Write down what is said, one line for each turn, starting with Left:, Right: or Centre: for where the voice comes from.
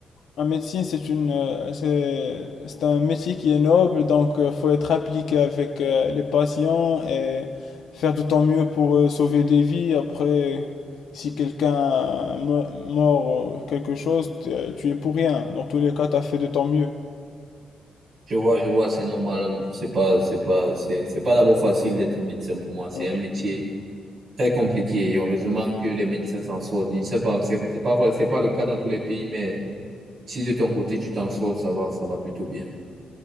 Left: Un médecin, c'est une, euh, c'est, c'est un métier qui est noble, donc il faut être impliqué avec euh, les patients et faire de ton mieux pour euh, sauver des vies. Après, si quelqu'un me- mort euh, quelque chose, t- euh, tu es pour rien. Dans tous les cas, tu as fait de ton mieux.
Right: je vois, je vois, c'est normal. hein. C'est pas, c'est pas, c'est, c'est pas d'abord facile d'être médecin pour moi. C'est
Left: Ouais.
Right: un métier très compliqué. Et heureusement que les médecins s'en sortent. Je sais pas, c'est c'est pas vrai, c'est pas le cas dans tous les pays, mais si de ton côté tu t'en sors, ça va, ça va plutôt bien.